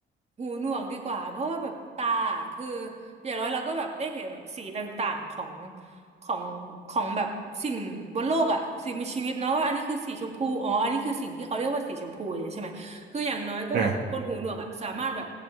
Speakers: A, on the right; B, on the right.
A: หูหนวกดีกว่าเพราะว่าแบบตาอะคืออย่างน้อยเราก็แบบได้เห็นแบบสีต่างๆของของของแบบสิ่งบนโลกอ่ะสิ่งมีชีวิตเนาะว่าอันนี้คือสีชมพูอ๋ออันนี้คือสิ่งที่เขาเรียกว่าสีชมพูอย่างเงี้ยใช่ไหมคืออย่างน้อยก็แบบคนหูหนวกอ่ะสามารถแบบ
B: อ่า